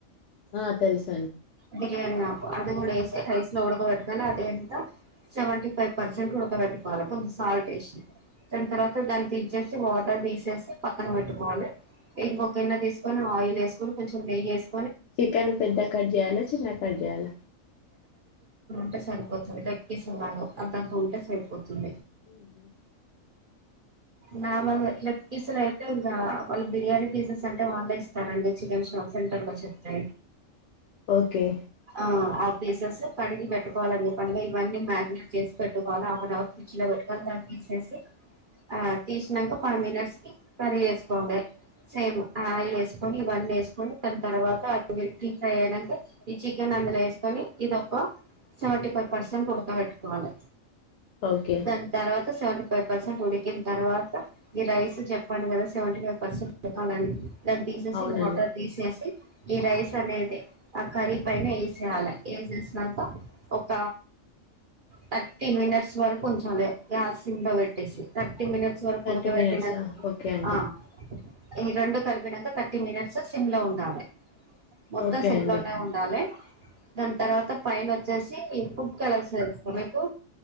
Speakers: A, on the left; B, on the right.
A: ఆ తెలుసు
B: బిర్యాణి ఆకు అది కూడా ఏసీ రైస్ లో ఉడక బెట్టు నా డెంత సెవెంటీ ఫైవ్ పర్సెంట్ ఉడక పెట్టుకోవాలే కొంచెం సాల్ట్ ఎసి దాని తర్వాత దాన్ని దిచ్చేసి వాటర్ తీసేసి పక్కన పెట్టుకోవాలే ఇంకొగిన్న తీసుకొని ఆయిల్ ఏసుకొని కొంచెం నెయ్యేసు
A: చికెన్ పెద్ద కడ్జె యల చిన్నాగ కట్ చేయాలా
B: ంటే సరిపోతుంది లెగ్పీస్ ఉండాలే అంతాంతా ఉంటే సరిపోతుంది
A: ఉహు
B: నా లగె లెగ్ పీసులఅయితే ఇంకా వాళ్ళు బిర్యానీ పీసెస్ అంటే వాళ్ళే ఇస్తారండి చికెన్ షాప్ సెంటర్ లో చెప్తే
A: ఓకే
B: ఆ ఆ పీసెస్ కడిగి పెట్టుకోవలని చెప్పానుగా ఇవన్నీ మ్యాగనెట్ చేసి పెట్టుకోవాలి ఆఫ్ ఎన్అవర్ ఫ్రిడ్జ్ లో పెట్టుకోని దాన్ని తీసెసి ఆ తీసినంక ఫైవ్ మినిట్స్ కీ కర్రీ వేసుకోవాలే సేమ్ అయిల్ వేసుకొని ఇవన్ని వేసుకొని కొని తర్వాత డి ఫ్రై అయి క ఈ చికెన్ అందులో వేసుకొని ఇదిొ ఒక సెవెంటీ ఫైవ్ పర్సెంట్ వుడక పెట్టుకోవాలే
A: ఓకే
B: దన్ తర్వాత సెవంట ఫైవ్ పర్సెంట్ ఉడికిన్ తర్వాత ఈ రైస్ చెప్పను కదా సెవెంటీ ఫైవ్ పర్సెంట్ ఉడకాలని దాన్ని తీసేసి
A: అవునండి
B: మోటర్ తీసేసి ఈ రైస్ అనేది ఆ కర్రీ పైన వేసేయాలే వేసేసినాక ఒక థర్టీ మినిట్స్ వరకు కొంచాలే గ్యాస్ సిమ్ లో పెట్టేసి థ ర్టీ మినట్స్ వరకు
A: థర్టీ
B: ఉడకపెట్టిననుకో
A: మినిట్సా ఓకే అండి
B: ఆ ఆ ఈ రెండు కలిపినంక థర్టీ మినిట్స్ సిమ్ లో ఉండాలి మొత్తం
A: ఓకే
B: ఇంట్లోనే
A: అండి
B: ఉండాలే దాని తర్వాత పైన వచ్చేసి ఫుడ్ కలర్స్ తెలుసా మీకు